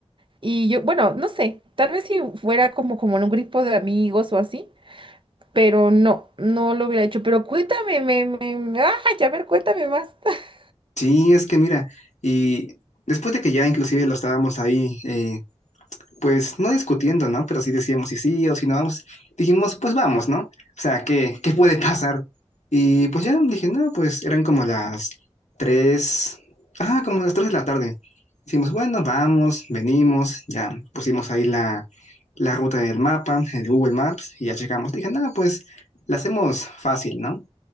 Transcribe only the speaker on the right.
y yo, bueno, no sé, tal vez si fuera como, como en un grupo de amigos o así. pero no, no lo hubiera hecho. Pero cuéntame, me, me, me- ay, a ver, cuéntame más. <laughs>